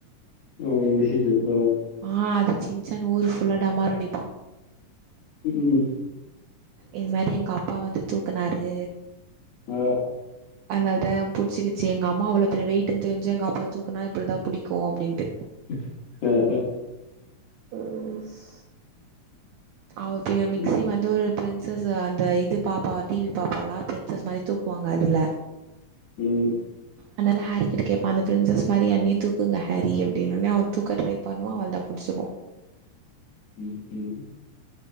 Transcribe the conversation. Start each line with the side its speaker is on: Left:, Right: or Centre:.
Left: <inaudible> ஆ
Right: ஆ அத சின்சான் ஊரு ஃபுல்லா டமாரோ அடிப்பா
Left: ம்
Right: இதுமாரி எங்க அப்பா வந்து தூக்குனாரு
Left: ஆ
Right: அதனால தா புடிச்சிகிச்சி எங்க அம்மா அவ்ளோ பெரிய வெயிட்ன்னு தெரிஞ்சே எங்க அப்பா தூக்குனா இப்டிதா புடிக்கு அப்டின்ட்டு
Left: ம் ஆங் ம்
Right: ஒங்ஸ் அவ பெரிய மிக்ஸி
Left: ம்.
Right: வந்து ஒரு பிரின்சஸ் அந்த இது பாப்பா டிவி பாப்பாலா ப்ரின்சஸ் மாரி தூக்குவாங்க அதுல
Left: ம்
Right: அதனால ஹாரிகிட்ட கேப்பா அந்த பிரின்சஸ் மாரி என்னயு தூக்குங்க ஹாரி அப்டின்ன ஒண்ணே அவ தூக்க ட்ரை பண்ணுவா அவளதா பிடிச்சிக்கு
Left: ம் ம்